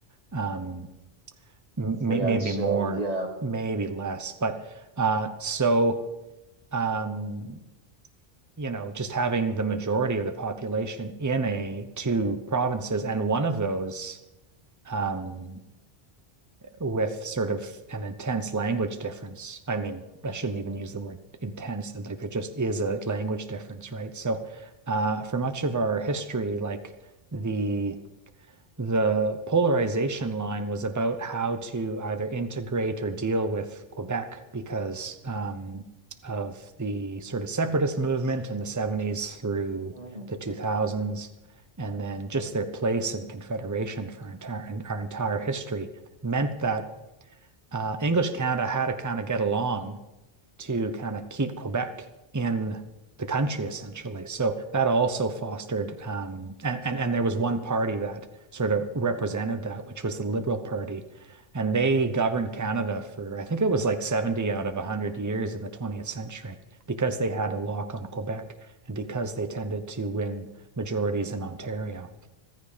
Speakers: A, on the right; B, on the right.
A: Um, may,
B: Hopefully,
A: maybe
B: I'd say,
A: more,
B: yeah.
A: maybe less. But uh, so um, you know, just having the majority of the population in a two provinces and one of those um, with sort of an intense language difference. I mean, I shouldn't even use the word intense, that like there just is a language difference, right? So uh, for much of our history, like the the polarization line was about how to either integrate or deal with Quebec because um, of the sort of separatist movement in the 70s through
B: Mhm.
A: the 2000s, and then just their place in Confederation for our entire, our entire history meant that uh, English Canada had to kind of get along to kind of keep Quebec in the country essentially. So that also fostered, um, and, and and there was one party that sort of represented that, which was the Liberal Party, and they governed Canada for I think it was like 70 out of 100 years in the 20th century because they had a lock on Quebec and because they tended to win majorities in Ontario.